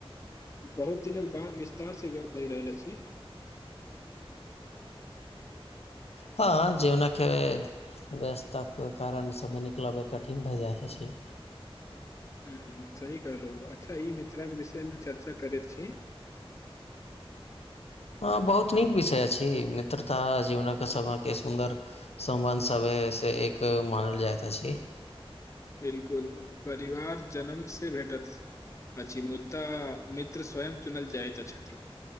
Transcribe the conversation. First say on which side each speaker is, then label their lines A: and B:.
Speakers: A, on the left (about 30°); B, on the left (about 85°).
A: बहुत दिनक बाद विस्तार से बहि रहल छी
B: हँ जे ओन खै व्यस्तक कारण समय निकलब कठिन भए जाइत छै
A: <inaudible> सही करलहु अच्छा ई मित्राके विषयमे चर्चा करैत छी
B: अ बहुत नीक विषय अछि मित्रता जीवनक के सब के सुन्दर सम्बन्ध सब से एक मानल जाइत अछि
A: बिलकुल परिवार जनम से भेटत पछी मुद्दा मित्र स्वयं चुनल जाइतत छथि